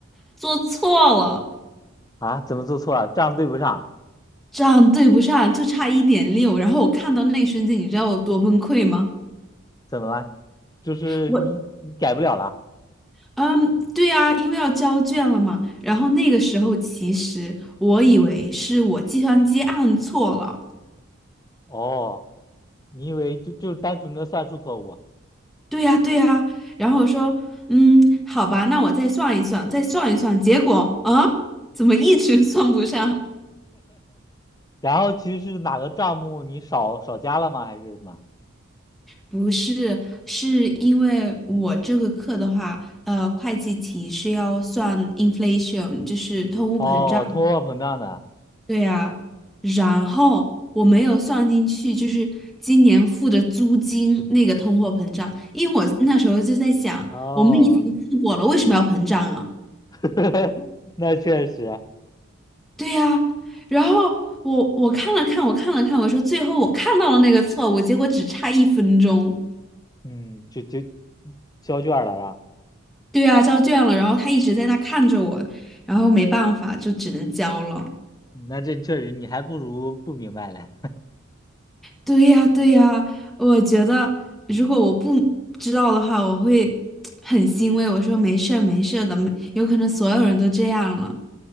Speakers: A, in the centre; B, on the left.
A: 做错了，
B: 啊？怎么做错了？账对不上？
A: 账对不上，就差一点六。然后我看到那一瞬间，你知道我多崩溃吗？
B: 怎么了？就是你你改不了了？
A: 我，嗯，对啊，因为要交卷了嘛。然后那个时候，其实我以为是我计算机按错了。
B: 哦，你以为就就单纯的算术错误啊，
A: 对呀，对呀。然后我说，嗯，好吧，那我再算一算，再算一算。结果啊，怎么一直 <laughs> 算不上？
B: 然后其实是哪个账目你少少加了吗？还是什么？
A: 不是，是因为我这个课的话，呃，会计题是要算 inflation，就是通货膨胀。
B: 哦，通货膨胀的。
A: 对呀，然后我没有算进去，就是今年付的租金那个通货膨胀，因为我那时候就在想，
B: 哦，
A: 我们已经付过了，为什么要膨胀啊？
B: <laughs> 那确实啊，
A: 对呀、然后我我看了看，我看了看，我说最后我看到了那个错误，结果只差一分钟。
B: 嗯，就就交卷儿了是吧？
A: 对呀、交卷了，然后他一直在那看着我，然后没办法，就只能交了。
B: 那这确实你还不如不明白嘞。
A: 对呀、对呀、我觉得如果我不知道的话，我会 <tsk> 很欣慰。我说没事儿，没事儿的，没有可能所有人都这样了，